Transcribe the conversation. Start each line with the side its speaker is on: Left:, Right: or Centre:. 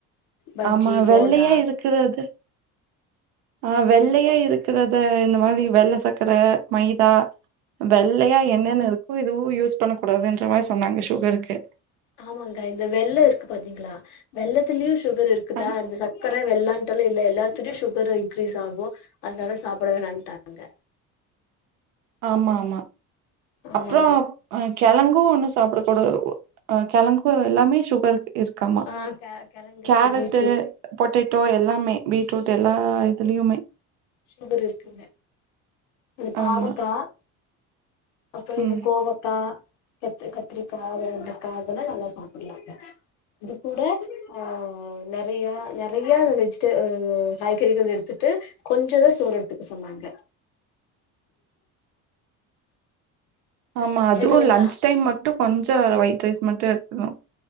Left: பஜ்ஜி
Right: ஆமா வெள்ளையா
Left: போண்டா
Right: இருக்குறது ஆ வெள்ளையா இருக்குறத இந்த மாதிரி வெள்ள சக்கர மைதா வெள்ளையா என்னென்ன இருக்கோ இதுவு யூஸ் பண்ண கூடாதுன்ற மாரி சொன்னாங்க சுகருக்கு
Left: ஆமாங்கா இந்த வெல்லோ இருக்கு பாத்தீங்களா வெல்லத்துலியு ஸ் சுகர் இருக்குதா
Right: அ
Left: இந்த சக்கர வெல்லோ ன் டல இல்ல எல்லாத்துலயு சுகர் இன்க்ரீஸ் ஆகு அதனால சாப்புடவேணாட்டாங்க
Right: ஆமா ஆமா
Left: ஆமாங்க
Right: அப்றோ அ கெழங்கு ஒண்ணு சாப்ட ஒரு அ கெழங்கு எல்லாமே சுகர்க்கு இருக்காமா
Left: ஆ கெ கெழங்கு
Right: கேரட்டு
Left: இந்த பீட்ரூட்
Right: பொட்டே டோ எல்லாமே பீட்ரூட் எல்லா இதுலயுமே
Left: சுகர் இருக்குங்க அந்த
Right: ஆமா.
Left: பாவக்கா அப்றோ இந்த
Right: ம்.
Left: கோவக்கா கத்த கத்திரிக்கா வெண்டக்கா அதெல்லா நல்லா சாப்டுலாங்க அது கூட ஆ நெறையா நெறையா வெஜிடே காய்கறிகள் எடுத்துட்டு கொஞ்சதா சோறு எடுத்துக்க சொன்னாங்க சிஸ்டர்
Right: ஆமா அதுவு
Left: கேக்குதுங்களா
Right: லன்ச் டைம் மட்டு கொஞ் ட்டு ஒயிட் ரைஸ் மட்டு எடுக்னு